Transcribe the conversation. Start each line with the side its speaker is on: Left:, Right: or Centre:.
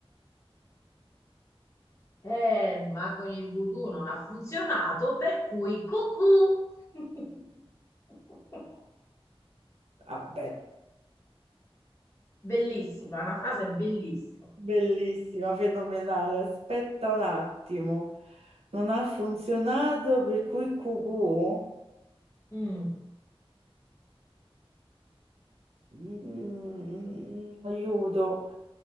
Left: Eh, ma con il voodoo non ha funzionato, per cui cucù. <laughs>
Right: Vabbè,
Left: Bellissima, è una frase bellissima.
Right: bellissima, fenomenale. Aspetta un attimo. Non ha funzionato, per cui cucù.
Left: Mm,
Right: Mm, aiuto.